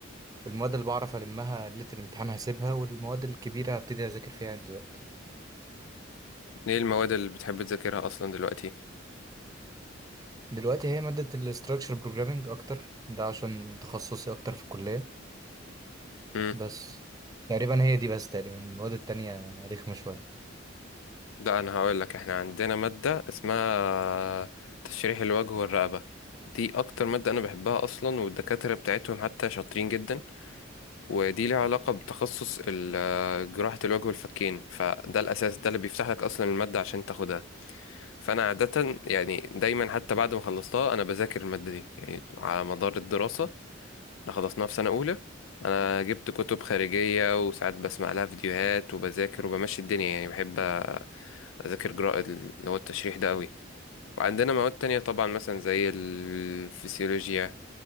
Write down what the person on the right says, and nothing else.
المواد اللي بعرف المها ليله الامتحان هسيبها والمواد الكبيره هبتدي اذاكر فيها يعني دلوقتي
دلوقتي هي ماده الاستراكشر بروجرامنج اكتر ده عشان تخصصي اكتر في الكليه
بس تقريبا هي دي بس تقريبا المواد التانية رخمة شوية